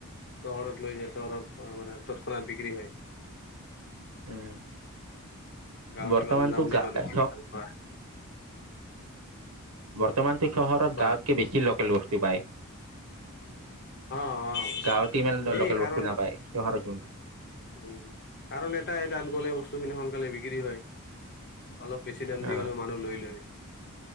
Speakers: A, on the left; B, on the right.
A: চহৰত লৈ যায় চহৰত মানে তৎক্ষণাত বিক্ৰী হয়।
B: উম।
A: গাঁৱত
B: বৰ্তমানতো
A: ইমান দাম দি
B: গা
A: মানুহ কিনি
B: চ
A: খাব নোৱাৰে
B: বৰ্তমানতো চহৰত
A: বা
B: গাঁৱতকে বেছি লোকেল বস্তু পায়।
A: অ অ
B: গাঁৱতে ইমান
A: সেই
B: লোকেল
A: কাৰণ
B: বস্তু নাপায় চহৰত
A: উম! কাৰণ এটাই তাত গলে বস্তুখিনি সোনকালে বিক্ৰী হয়। অলপ বেছি দাম দি
B: অ',
A: হ'লেও মানুহ লৈ লয়।